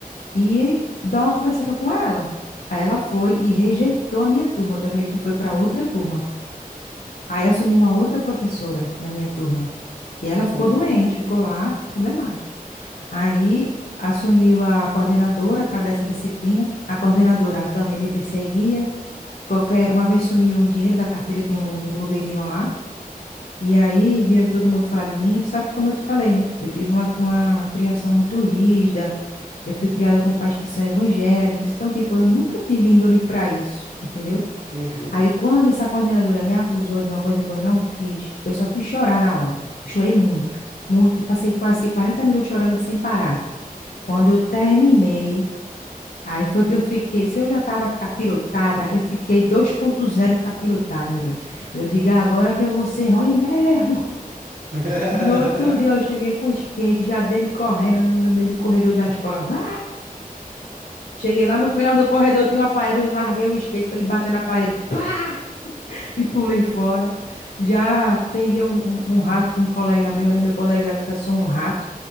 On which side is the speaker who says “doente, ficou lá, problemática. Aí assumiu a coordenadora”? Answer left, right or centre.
Left